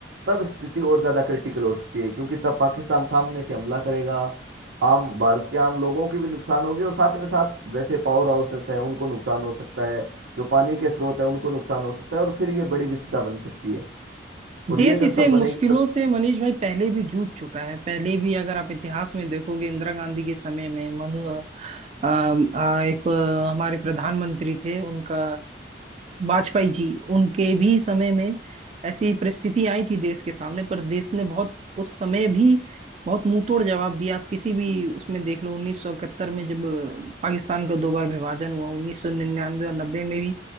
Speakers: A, on the right (about 75°); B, on the right (about 35°).
A: तब स्थिति और ज़्यादा क्रिटिकल हो सकती है क्योंकि तब पाकिस्तान सामने से हमला करेगा आम भारत के आम लोगों की भी नुकसान होगी और साथ में साथ जैसे पावर हाउसेस है उनको नुकसान हो सकता है जो पानी के स्रोत है उनको नुकसान हो सकता है और फिर ये बड़ी विपदा बन सकती है और
B: देश
A: ये जब
B: इसे
A: सब
B: मुश्किलों
A: बनेगी तब
B: से मनीष भाई पहले भी जूझ चुका है पहले भी अगर आप इतिहास में देखोगे इंदिरा गांधी के समय में मनु अम, आ, एक अ, हमारे प्रधानमंत्री थे उनका वाजपेयी जी उनके भी समय में ऐसी परिस्थिति आई थी देश के सामने पर देश ने बहुत उस समय भी बहुत मुंहतोड़ जवाब दिया आप किसी भी उसमें देख लो 1971 में जब अ, पाकिस्तान का दो बार विभाजन हुआ 1999 और 90 में भी